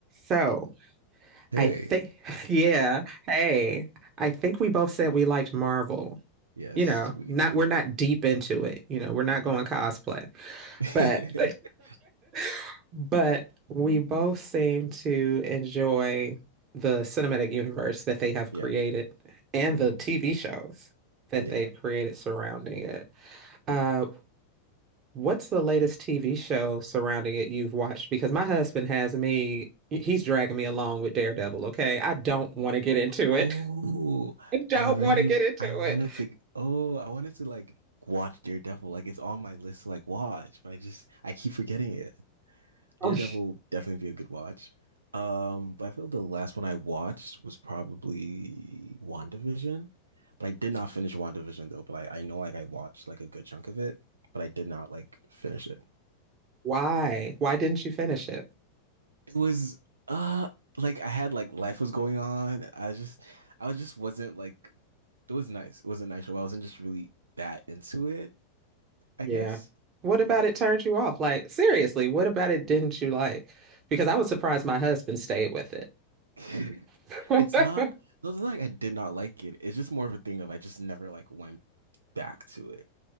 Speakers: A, on the right (about 30°); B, on the right (about 75°).
A: So
B: Hey,
A: I think, <laughs> yeah, hey, I think we both said we liked Marvel.
B: yes,
A: You know,
B: we
A: not
B: do.
A: we're not deep into it. You know, we're not
B: Yeah.
A: going cosplay,
B: <laughs>
A: but <laughs> but we both seem to enjoy the cinematic universe that they have created
B: Yeah.
A: and
B: Mhm.
A: the TV shows that
B: Yeah.
A: they've created surrounding it. Uh,
B: Yeah.
A: What's the latest TV show surrounding it you've watched? Because my husband has me, he's dragging me along with Daredevil, okay? I don't want to get into
B: Oh,
A: it. <laughs> I don't
B: I really
A: want to get into
B: I wanted
A: it.
B: to oh, I wanted to like watch Daredevil. Like it's on my list to like watch, but I just I keep forgetting it.
A: Oh,
B: Daredevil definitely be a good watch. Um, but I feel like the last one I watched was probably WandaVision. But I did not finish WandaVision though, but I, I know like I watched like a good chunk of it, but I did not like finish it.
A: Why? Why didn't you finish it?
B: It was uh like I had like life was going on. I just I just wasn't like it was nice. It was a nice show. I wasn't just really that into it, I
A: Yeah.
B: guess.
A: What
B: Yeah.
A: about it turned you off? Like, seriously, what about it didn't you like? Because I was surprised my husband stayed with it.
B: <laughs>
A: <laughs>
B: It's not those are like I did not like it. It's just more of a thing of I just never like went back to it.